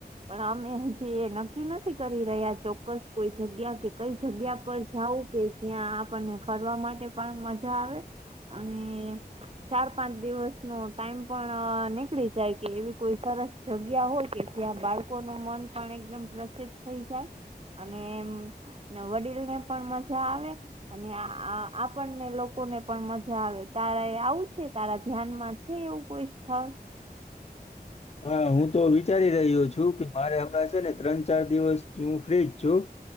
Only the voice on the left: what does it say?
હા હું તો વિચારી રહ્યો છું કે મારે હમણા છે ને ત્રણ ચાર દિવસ હું ફ્રીજ છું.